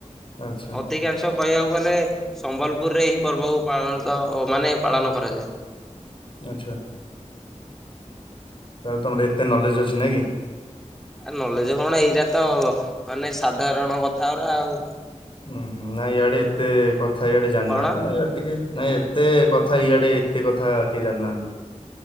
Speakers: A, on the left; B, in the centre.
A: ଆଚ୍ଛା
B: ଅଧିକାଂଶ କହିବାକୁ ଗଲେ ସମ୍ବଲପୁରରେ ଏହି ପର୍ବକୁ ପାଳନ ତ ଓ ମାନେ ପାଳନ କରାଯାଏ।
A: ଆଚ୍ଛା। ତାହେଲେ ତମର ଏତେ ନଲେଜ ଅଛି ନାକି?
B: ଆ ନଲେଜେ କଣ ଏଇରା ତ ମାନେ ସାଧାରଣ କଥାଉରା ଆଉ।
A: ହୁଁ ହୁଁ ନାଁ ଇଆଡେ ଏତେ କଥା ଇଆଡେ ଜାଣି
B: କଣ?
A: ନାହାଁନ୍ତି ନା ଇଆ ଟିକେ ନାଇଁ ଏତେ କଥା ଇଆଡେ ଏତେ କଥା କିଏ ଜାଣିନାହାନ୍ତି।